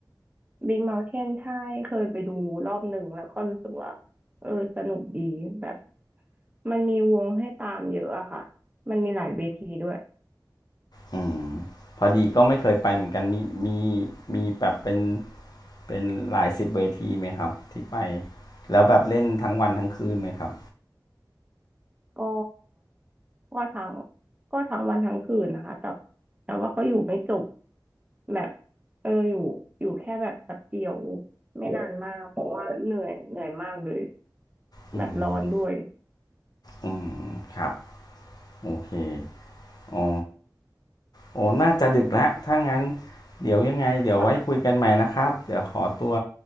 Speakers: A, on the right; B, on the left.
A: Big Mountain ใช่ เคยไปดูรอบหนึ่งแล้วก็รู้สึกว่า เออสนุกดีแบบมันมีวงให้ตามเยอะอะค่ะ มันมีหลายเวทีด้วย
B: อืมพอดีก็ไม่เคยไปเหมือนกันมีมีมีแบบเป็นเป็นหลายสิบเวทีไหมครับที่ไปแล้วแบบเล่นทั้งวันทั้งคืนไหมครับ
A: ก็ ก็ทั้งก็ทั้งวันทั้งคืนนะคะแต่แต่ว่าก็อยู่ไม่จบแบบเอออยู่อยู่แค่แบบแป๊บเดียวไม่นานมากเพราะว่าเหนื่อยเหนื่อยมากเลย
B: อืม
A: แบบร้อนด้วย
B: อืมครับโอเคอ๋อโอ้น่าจะดึกแล้วถ้างั้นเดี๋ยวยังไงเดี๋ยวไว้คุยกันใหม่นะครับเดี๋ยวขอตัว
A: ค่ะ